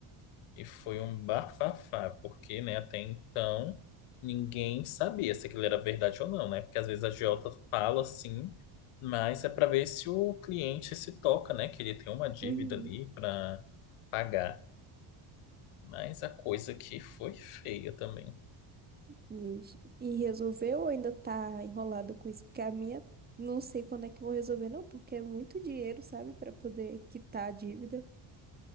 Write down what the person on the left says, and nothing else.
E foi um bafafá, porque, né, até então ninguém sabia se aquilo era verdade ou não, né? Porque às vezes a agiota fala assim, mas é para ver se o cliente se toca, né? Que ele tem uma dívida
ali para pagar. Mas a coisa aqui foi feia também.